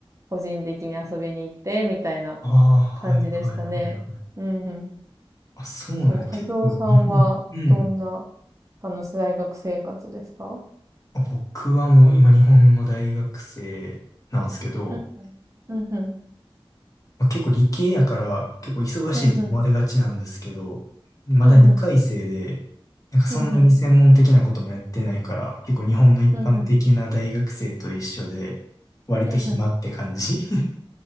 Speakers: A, on the right; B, on the left.
A: 個人的に遊びに行ってみたいな
B: ああ、はいはいはいはい。
A: 感じでしたね。うんうん。
B: あ、そうね。
A: そう、カツオさんはどんな、
B: 結構日本、うん。
A: あの、大学生活ですか
B: あ、僕はもう今日本の大学生なんですけど、
A: うんふん、うんふん、
B: まあ、結構理系やから結構忙しいと思われがちなんですけど、
A: うんふん、
B: まだ2回生で、
A: うんふん、
B: なんかそんなに専門的なこともやってないから、
A: うんふん、
B: 結構日本の一般的な大学生と一緒で、
A: うんふん、
B: 割と暇って感じ。
A: うんふん、
B: <laughs>